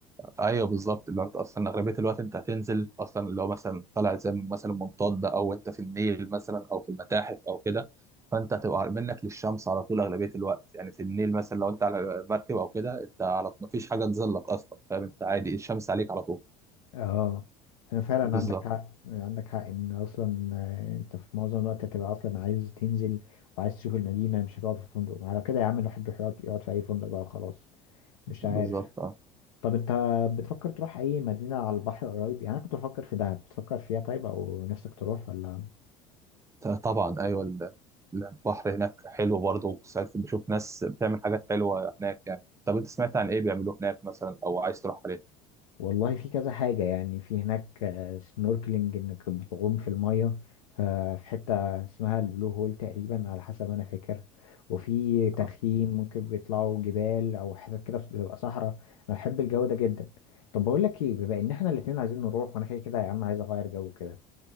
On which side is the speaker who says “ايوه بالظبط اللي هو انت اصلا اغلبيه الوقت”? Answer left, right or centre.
Right